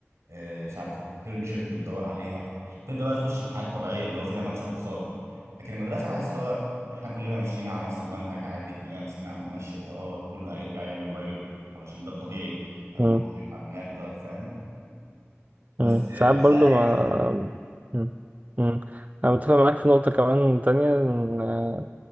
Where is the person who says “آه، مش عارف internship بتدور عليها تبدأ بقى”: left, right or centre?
Right